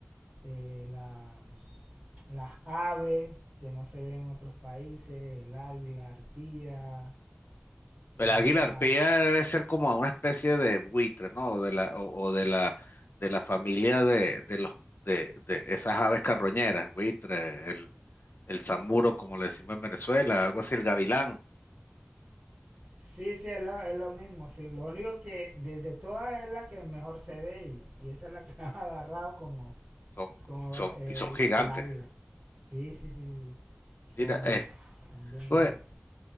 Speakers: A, on the right; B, on the left.
A: eh, la- las aves que no se ven en otros países, el águila, arpía,
B: El
A: hay
B: águila
A: una...
B: arpía debe ser como una especie de buitre, ¿no? O de la, o, o de la, de la familia de, de los, de, de esas aves carroñeras, buitre, el, el zamuro, como le decimos en Venezuela, algo así, el gavilán.
A: Sí, sí, es lo, es lo mismo, sí. Lo único que de, de todas es la que mejor se ve y, y esa es la que <laughs> han agarrado como,
B: Son,
A: como
B: son,
A: eh,
B: y son
A: el,
B: gigantes.
A: el águila. Sí, sí, sí, sí.
B: Mira,
A: Son,
B: eh,
A: son bien
B: oye,
A: grandes.